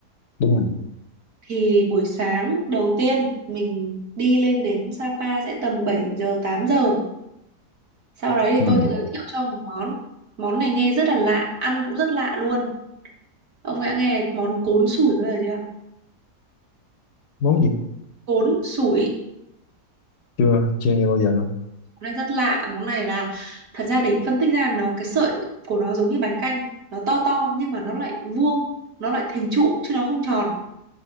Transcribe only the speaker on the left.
đúng rồi.
Ừ,
món gì?
Chưa, chưa nghe bao giờ đâu.